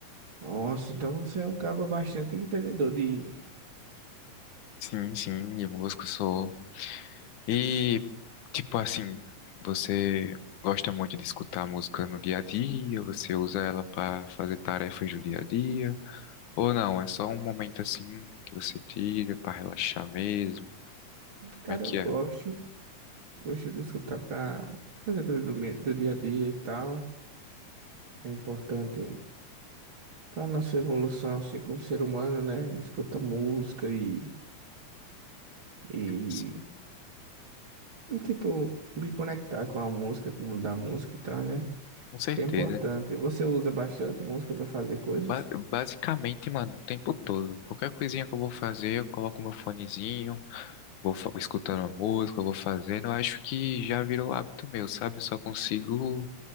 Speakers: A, on the right; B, on the left.
A: Nossa, então você é um cara bastante entendedor de.
B: Sim, sim, e músico sou. E, tipo assim, você gosta muito de escutar música no dia a dia? Você usa ela para fazer tarefas do dia a dia? Ou não, é só um momento assim que você tira para relaxar mesmo?
A: Cara,
B: Como é que
A: eu gosto.
B: é?
A: Gosto de escutar pra fazer coisa do, mi- do dia a dia e tal. É importante pra nossa evolução, assim, como ser humano, né? Escuta música e, e,
B: Assim,
A: tipo, me conectar com a música, com o mundo da música e tal, né?
B: com certeza.
A: Acho que é importante. Você usa bastante música pra fazer coisas?
B: Ba- basicamente, mano, o tempo todo. Qualquer coisinha que eu vou fazer, eu coloco meu fonezinho. Vou fa- escutando a música, vou fazendo. Eu acho que já virou hábito meu, sabe? Eu só consigo